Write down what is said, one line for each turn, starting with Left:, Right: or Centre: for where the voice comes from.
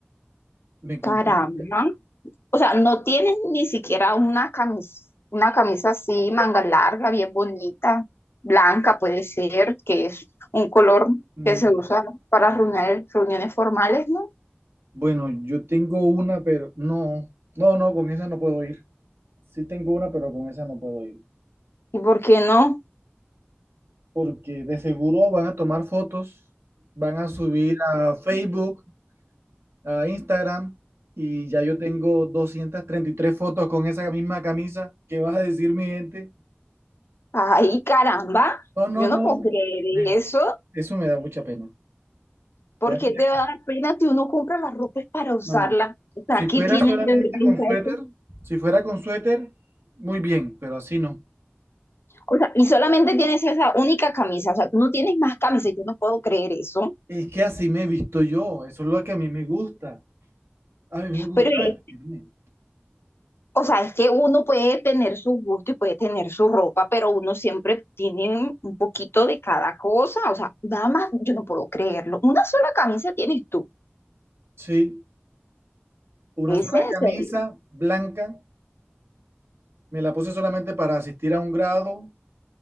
Right: me complica.
Left: Caramba. O sea, no tienes ni siquiera una camisa, una camisa así, manga larga, bien bonita, blanca puede ser, que es un color
Right: Mm,
Left: que se usa para reuniones, reuniones formales, ¿no?
Right: Bueno, yo tengo una, pero no, no, no, con esa no puedo ir. Sí tengo una, pero con esa no puedo ir.
Left: ¿Y por qué no?
Right: Porque de seguro van a tomar fotos, van a subir a Facebook, a Instagram, y ya yo tengo 233 fotos con esa misma camisa. ¿Qué vas a decir, mi gente?
Left: Ay, caramba,
Right: No, no,
Left: yo
Right: no.
Left: no puedo creer
Right: me-
Left: eso.
Right: eso me da mucha pena.
Left: ¿Por
Right: me da
Left: qué
Right: mucha-
Left: te va a dar pena si uno compra las ropas para usarla?
Right: No, no.
Left: O sea,
Right: Si
Left: ¿qué
Right: fuera
Left: tienes
Right: solamente
Left: de vergüenza
Right: con suéter,
Left: eso?
Right: si fuera con suéter, muy bien, pero así no.
Left: O sea, y solamente tienes esa única camisa, o sea, tú no tienes más camisas, yo no puedo creer eso.
Right: Es que así me he visto yo, eso es lo que a mí me gusta. A mí me gusta
Left: Pero, eh,
Right: vestirme.
Left: o sea, es que uno puede tener su gusto y puede tener su ropa, pero uno siempre tiene un poquito de cada cosa, o sea, nada más, yo no puedo creerlo. Una sola camisa tienes tú,
Right: Sí, una
Left: ¿es
Right: sola
Left: en
Right: camisa
Left: serio?
Right: blanca, me la puse solamente para asistir a un grado